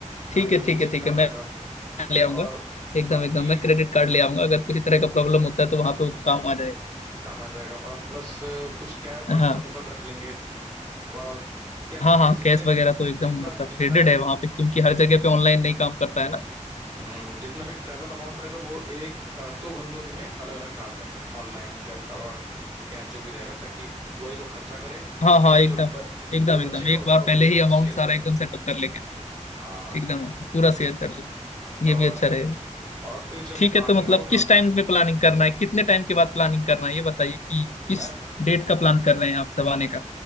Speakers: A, on the right (about 35°); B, on the left (about 65°).
A: हाँ
B: ठीक
A: इमरजेंसी
B: है ठीक है
A: में
B: ठीक
A: काम
B: है मैं
A: आएगा
B: ले आऊंगा
A: और
B: एकदम
A: बाकी
B: एकदम मैं क्रेडिट कार्ड ले आऊंगा अगर किसी तरह का प्रॉब्लम होता है तो वहां पे वो काम आ जाएगा
A: काम आ जाएगा और प्लस कुछ कैश हम
B: हाँ
A: अपने साथ रख लेंगे और क्या करेंगे
B: हाँ हाँ
A: कि जितने
B: कैश वगैरह
A: जित,
B: तो एकदम
A: जितना
B: मतलब
A: जितना
B: ग्रेडेड
A: भी
B: है वहां पे क्योंकि हर जगह पे ऑनलाइन नहीं काम करता है ना
A: हम्म, जितना भी ट्रेवल अमाउंट रहेगा वो एक अ, दो बंदों के में अलग अलग डाल देंगे ऑनलाइन कैश जो भी रहेगा ताकि वही लोग खर्चा करें
B: हाँ
A: और बाद
B: हाँ
A: में
B: एकदम
A: जो ब,
B: एकदम
A: जो बचेगा
B: एकदम एक
A: उसको
B: बार पहले
A: अपने में
B: ही
A: शेयर
B: अमाउंट सारा
A: कर लेंगे
B: एकदम सेटअप कर लेंगे
A: हाँ
B: एकदम पूरा शेयर कर लेंगे
A: और
B: ये भी अच्छा रहेगा
A: और फिर जब
B: ठीक है
A: आने
B: तो मतलब
A: का ठीक है
B: किस
A: होगा
B: टाइम पे प्लानिंग करना है कितने टाइम के बाद प्लानिंग करना है ये बताइए कि
A: मैं
B: किस डेट का प्लान कर रहे हैं आप सब आने का